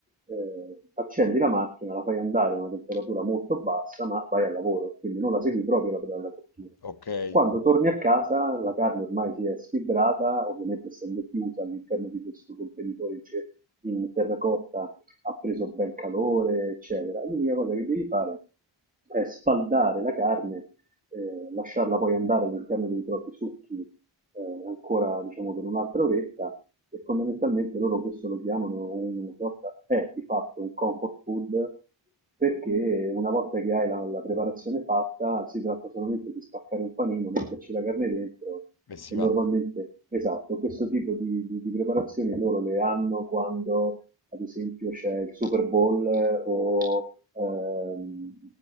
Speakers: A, on the right; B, on the left.
A: eh, accendi la macchina, la fai andare a una temperatura molto bassa, ma vai al lavoro, quindi non la segui proprio la pedana cottura.
B: ok, e
A: Quando torni a casa la carne ormai si è sfibrata, ovviamente essendo chiusa all'interno di questo contenitore in terracotta ha preso ben calore, eccetera. L'unica cosa che devi fare è sfaldare la carne, eh, lasciarla poi andare all'interno dei propri succhi eh, ancora diciamo per un'altra oretta e fondamentalmente loro questo lo chiamano una sorta, è di fatto un comfort food perché una volta che hai la, la preparazione fatta si tratta solamente di spaccare un panino, metterci la carne dentro
B: si
A: e
B: va.
A: normalmente, esatto, questo tipo di, di- di preparazioni loro le hanno quando ad esempio c'è il Super Bowl eh, o ehm,